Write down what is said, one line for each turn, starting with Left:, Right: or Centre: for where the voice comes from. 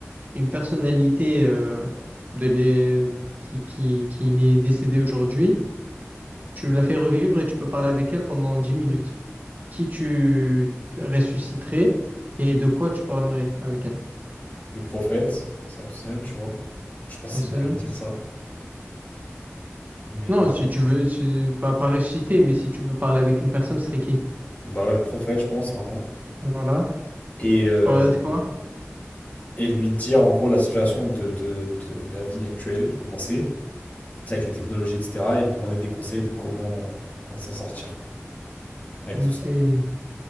Right: une personnalité euh, de l'é- qui, qui, qui est décédée aujourd'hui, tu la fais revivre et tu peux parler avec elle pendant 10 minutes. Qui tu ressusciterais et de quoi tu parlerais avec elle?
Left: Le prophète, ça, tout seul tu vois. Je sais pas si
Right: Non,
Left: c'est
Right: c'est-
Left: une dinguerie de dire ça, mais.
Right: non,
Left: euh,
Right: si tu veux, si- pas, pas ressusciter, mais si tu veux parler avec une personne, ce serait qui?
Left: Bah ouais, le prophète, je pense, vraiment.
Right: Voilà.
Left: Et, euh,
Right: Tu parlerais de quoi?
Left: et lui dire, en gros, la situation de, de, de la vie actuelle, comment c'est, tu sais, avec les technologies, etc., et lui demander des conseils de comment, comment s'en sortir, quoi. avec
Right: Ok.
Left: tout ça.
Right: Ouais.